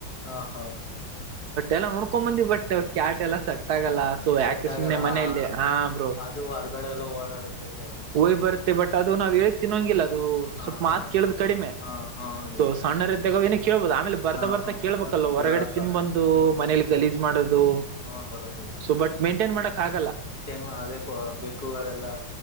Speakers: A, on the left (about 50°); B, on the right (about 65°).
A: ಹಾ ಹಾ
B: ಎಲ್ಲ ನೋಡ್ಕೊಂಡ್ ಬಂದ್ ಬಟ್ ಕ್ಯಾಟ್ ಎಲ್ಲ ಸಟ್ ಆ ಲ್ಲ ಸೊ
A: ಸೆಟ್
B: ಯಾಕ ಸಮನೆ
A: ಆಗಲ್ಲ ಹಾ
B: ಮನೆಯಲ್ಲಿ ಹಾರು
A: ಅದು ಹೊರ್ಗಡೆ ಎಲ್ಲ ಓಡಾಡುತ್ತೆ ಬ್ರೋ ಅದು
B: ಹಯ್
A: ಹ್ಮ್
B: ಬರುತ್ತೆ ಬಟ್ ಅ ಅದು ನಾವ್ ಹೇಳ್ತೀನಂಗಿಲ್ಲ ಅದು
A: ಹಾ
B: ಸ್ವಲ್ಪ
A: ಹಾ
B: ಮಾತ್ ಕೇಳುದು ಕಡಿಮೆ
A: ಹಾ ಹಾ ನಿಜ
B: ಸೊ ಸಣ್ಣ್ದಗನ ಕೇಳ್ಬೋದು ಆಮೇಲೆ ಬರ್ತಾ
A: ಹಾ
B: ಬರ್ತಾ
A: ಹಾ
B: ಕೇಳ್ಬೇಕಲ್ಲ
A: ಬರುತ್ತೆ
B: ಹೊರಗಡೆ
A: ಕೇಳಕ
B: ತಿನ್ ಬಂದು ಮನೇಲಿ ಗಲೀಜ್ ಮಾಡೋದು
A: ಹನ್ ಬರುವಂದೈ
B: ಸೊ ಬಟ್ ಮೇಂಟೈನ್ ಮಾಡಕ್ ಆಗಲ್ಲ
A: ಮಂಟನ್ ಅದ ಬೆಕ್ಕುಗಳೆಲ್ಲ